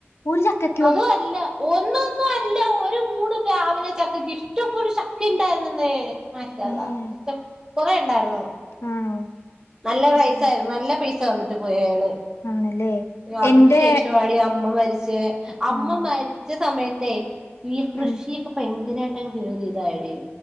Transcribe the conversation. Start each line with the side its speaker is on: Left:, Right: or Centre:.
Left: ഒരു ചക്കക്കോ
Right: അതും അല്ല ഒന്നൊന്നും അല്ല ഒരു മൂട് പ്ലാവിലെ ചക്കക്ക് ഇഷ് ട്ടം പോലെ ചക്കണ്ടായിരുന്നെന്നേ മാഷാഅല്ലാഹ്‌
Left: ഏഹ്
Right: ചക് കൊറെ ഉണ്ടായിര്നോ
Left: ആണോ
Right: നല്ല പൈസായ്ര്ന്നു
Left: ഉം.
Right: നല്ല പൈസ് സന്നിട്ട് പോയയാള്
Left: ആണല്ലേ
Right: അതിനു
Left: എന്റെ
Right: ശേഷവാടി അമ്മ മരി ച്ചേ അമ്മ
Left: ആഹ്
Right: മരിച്ച സമയത്തേയ് ഈ കൃഷിയൊക്കെ
Left: ഉം
Right: ഭയങ്ങ് ങ്കരായിട്ടങ്ങ് കേറി ഇതായടി